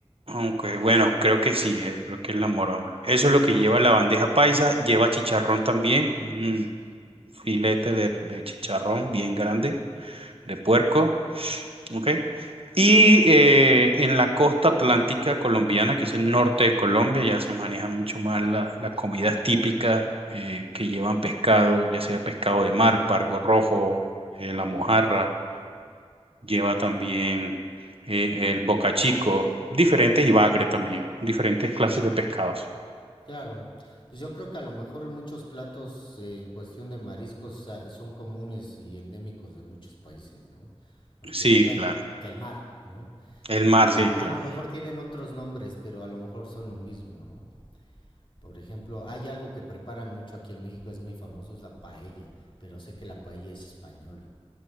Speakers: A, on the right; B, on the left.
A: aunque bueno, creo que sí, es, creo que es la moronga. Eso es lo que lleva la bandeja paisa, lleva chicharrón también, un filete de, de chicharrón bien grande, de puerco, ¿ok? Y eh, en la costa atlántica colombiana, que es el norte de Colombia, ya se maneja mucho más la- las comidas típicas eh, que llevan pescado, ya sea pescado de mar, pargo rojo, eh, la mojarra lleva también eh, el bocachico, diferentes y bagre también, diferentes clases de pescados.
B: claro. Pues yo creo que a lo mejor muchos platos eh, en cuestión de mariscos sa- son comunes y endémicos de muchos países, ¿no? Porque,
A: Sí,
B: pues, bueno,
A: claro.
B: el mar, ¿no?
A: El
B: Y
A: mar, sí, claro.
B: a lo mejor tienen otros nombres, pero a lo mejor son lo mismo, ¿no? Por ejemplo, hay algo que preparan mucho aquí en México, es muy famoso, es la paella, pero sé que la paella es española.